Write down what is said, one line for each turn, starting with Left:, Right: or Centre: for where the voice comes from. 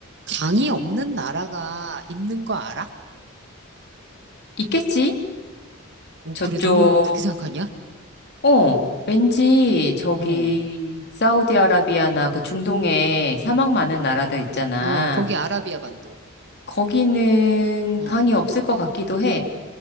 Right: 강이 없는 나라가 있는 거 알아?
Left: 있겠지?
Right: 오,
Left: 저쪽,
Right: 그래, 넌 그렇게 생각하냐?
Left: 어, 왠지 저기,
Right: 어, 어,
Left: 사우디아라비아나 그 중동에 사막 많은 나라들 있잖아.
Right: 어, 거기 아라비아 반도.
Left: 거기는
Right: 어,
Left: 강이 없을 것 같기도 해.